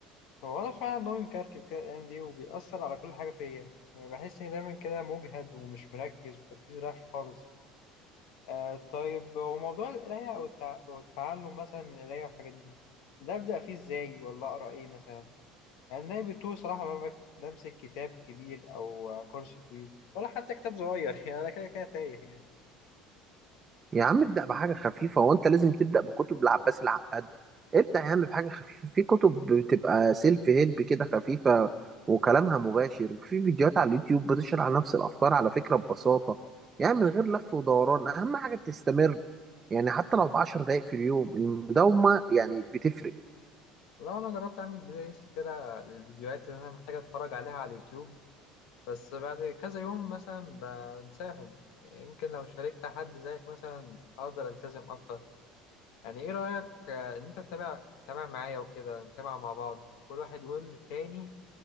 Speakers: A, on the left; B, on the right.
A: هو انا فعلا نومي مكركب كده الايام دي وبيأثر على كل حاجه فيا يعني بحس اني دايما كده مجهد ومش مركز وتركيزي رايح خالص آه طيب وموضوع القراية أو التع... والتعلم مثلا من القراية والحاجات دي ده أبدأ فيه إزاي ولا أقرأ إيه مثلا؟ يعني أنا بتوه صراحة ما بك- بمسك كتاب كبير أو آه، كورس طويل ولا حتى كتاب صغير <laughs> يعني أنا كده كده تايه يعني
B: يا عم ابدأ بحاجة خفيفة وانت لازم تبدأ بكتب العباس العقاد ابدأ يا عم بحاجة خفيفة في كتب بتبقى سيلف هيلب كده خفيفة وكلامها مباشر وفي فيديوهات على اليوتيوب بتشرح نفس الأفكار على فكرة ببساطة يعني من غير لف ودوران أهم حاجة تستمر يعني حتى لو بعشر دقايق في اليوم المداومة يعني بتفرق
A: والله أنا جربت أعمل بلاي ليست كده للفيديوهات اللي أنا محتاج أتفرج عليها على اليوتيوب بس بعد كذا يوم مثلا بنساهم يعني يمكن لو شاركت حد زيك مثلا أقدر ألتزم أكتر يعني ايه رأيك آه، ان انت تتابع تتابع معايا وكده نتابع مع بعض كل واحد يقول للتاني